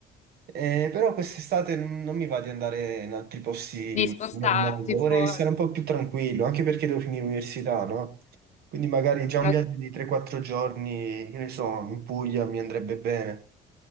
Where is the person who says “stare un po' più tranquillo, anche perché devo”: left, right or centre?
Right